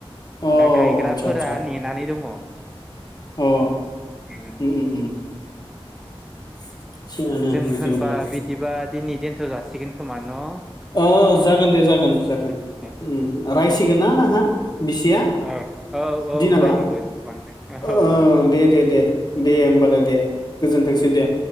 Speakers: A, on the left; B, in the centre.
A: अ
B: दा गायग्राफोरा
A: आदसा आदसा
B: नेनानै दङ।
A: अ
B: <unintelligible>
A: उम
B: ओ
A: उम उम <inaudible>
B: जों
A: बिदिबालाय
B: होनबा बिदिबा दिनै दोनथ'जा सिगोन‌ खोमा न'
A: ओ जागोन दे जागोन जागोन
B: दे दे
A: ओं रायस <unintelligible> बिसिया
B: औ औ औ
A: दिनाबा
B: रायगोन बांद्राय औ
A: अ
B: औ
A: दे दे दे दे होमबालाय दे गोजोनथोंसै दे